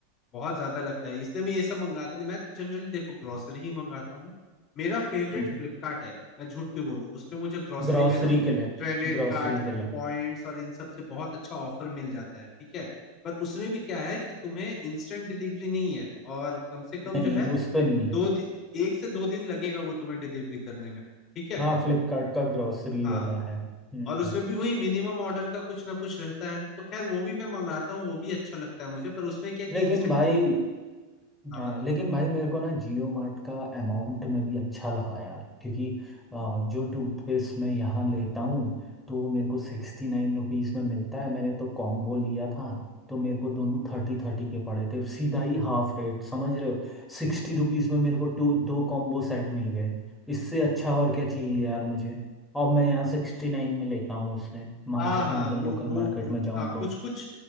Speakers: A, on the left; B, in the centre.
A: बहुत ज्यादा लगता है इसलिए मैं ये सब मंगाता नहीं मैं तो जनरली देखो ग्रोसरी ही मंगाता हूँ मेरा फेवरेट
B: हम्म
A: फ्लिपकार्ट है मैं झूठ क्यों बोलूं उस पे मुझे ग्रोसरी
B: ग्रॉसरी
A: में ना
B: के लिए
A: क्रेडिट
B: ग्रॉसरी
A: कार्ड
B: के लिए
A: पॉइंट्स और इन सब से बहुत अच्छा ऑफर मिल जाता है ठीक है पर उसमें भी क्या है कि तुम्हें इंस्टेंट डिलीवरी नहीं है और कम से कम
B: नहीं
A: जो है
B: उस पे नहीं है
A: दो दिन एक से दो दिन लगेगा वो तुम्हें डिलीवरी करने में ठीक है
B: हाँ फ्लिपकार्ट का ग्रॉसरी
A: हाँ
B: वाला है हम्म
A: और उसमें भी वही मिनिमम ऑर्डर का कुछ ना कुछ रहता है तो खैर वो भी मैं मंगाता हूँ वो भी अच्छा लगता है मुझे पर उसमें क्या है
B: लेकिन
A: कि इंस्टेंट
B: भाई
A: नहीं है हाँ
B: हाँ
A: बताओ
B: लेकिन भाई मेरे को ना जियो मार्ट का अमाउंट में भी अच्छा लगा यार क्योंकि आ, जो टूथपेस्ट मैं यहाँ लेता हूँ तो मेरे को सिक्सटी नाइन रुपीज़ में मिलता है मैंने तो कॉम्बो लिया था तो मेरे को दोनों थर्टी थर्टी के पड़े थे सीधा ही हाफ रेट समझ रहे हो सिक्सटी रुपीज़ में मेरे को टू दो कॉम्बो सेट मिल गए इससे अच्छा और क्या चाहिए यार मुझे और मैं यहाँ सिक्सटी नाइन में लेता हूँ उससे मार्केट
A: हाँ हाँ
B: में अगर
A: वो
B: लोकल
A: वो
B: मार्केट
A: वो-
B: में जाऊँ
A: हाँ
B: तो
A: कुछ कुछ